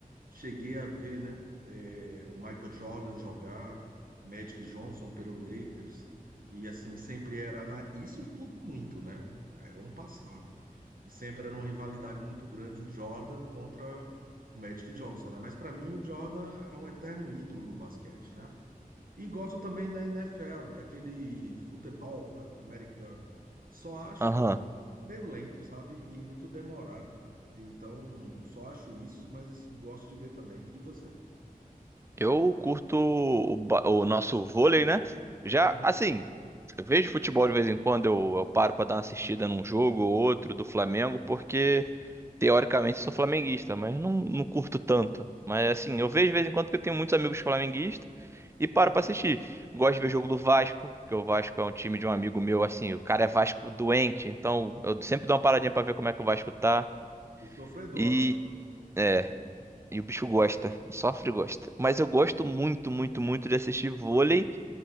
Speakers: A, on the right; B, on the right.
A: Cheguei a ver, né, é, o Michael Jordan jogar, Magic Johnson pelo Lakers, e assim, sempre era na... Isso mudou muito, né? É um passado. E sempre era uma rivalidade muito grande o Jordan contra o Magic Johnson, né? Mas para mim o Jordan é um eterno ídolo do basquete, né? E gosto também da NFL, que é aquele futebol, né, americano. Só acho
B: aham.
A: o jogo meio lento, sabe? E muito demorado. Então, só acho isso, mas gosto de ver também. E você?
B: Eu curto o, ba- o nosso vôlei, né? Já,
A: Uhum,
B: assim, eu vejo futebol de vez em quando, eu, eu paro pra dar uma assistida num jogo ou outro do Flamengo, porque teoricamente sou flamenguista, mas não, não curto tanto. Mas assim, eu vejo de vez em quando porque eu tenho muitos amigos flamenguistas e paro
A: uhum.
B: pra assistir. Gosto de ver jogo do Vasco, porque o Vasco é um time de um amigo meu, assim, o cara é Vasco doente, então eu sempre dou uma paradinha pra ver como é que o Vasco tá.
A: E sofredor,
B: E.
A: né?
B: é, E o bicho gosta, e sofre e gosta. Mas eu gosto muito, muito, muito de assistir vôlei